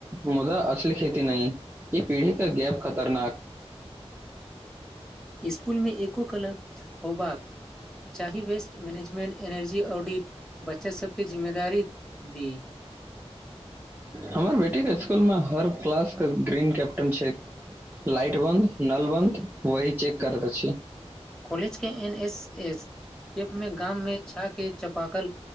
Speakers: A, on the right; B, in the centre.
A: मुदा असली खेती नहि ई पीढ़ी कऽ गैप खतरनााक
B: इसकुल मे एको क्लब होबाक चाही वेस्ट मैनेजमेन्ट एनर्जी ऑडिट बच्चास सबके जिम्मेदारी दी
A: हमर बेटी के स्सकुल मे हर क्लास के ग्रीन कैप्टन छै लाइट बन्द नल बन्द वही चेक करैत अछी
B: कॉलेज के एन एस एस कैपमे गाममे छाय के चापाकल